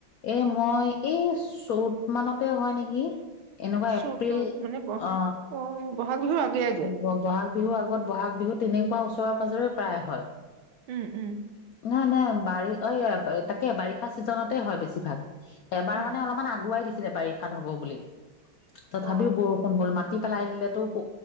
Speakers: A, on the left; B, on the right.
A: এই মই এই চু <unintelligible> চ'ত মানতে হয় নেকি। কি? এনেকুৱা
B: চ'তৰ
A: এপ্ৰিল,
B: মানে ব
A: অ
B: বহাগ বিহুৰ আগে আগে
A: ব-বহাগ। মাঘ বিহু আগত বহাগ বিহু তেনেকুৱা ওচৰে পাজৰে প্ৰায় হয়। <unintelligible>
B: উম উম।
A: নহয় নহয় বাৰি অই' অ, তাকে বাৰিষা চিজনতে হয় বেছি ভাগ। এবাৰ
B: উম
A: মানে অলপমান আগুৱাই দিছে। বাৰিষাত হ'ব বুলি। তথাপিও
B: অ
A: বৰষুণ হ'ল মা। মাটি পেলাই দিলেতো, ক,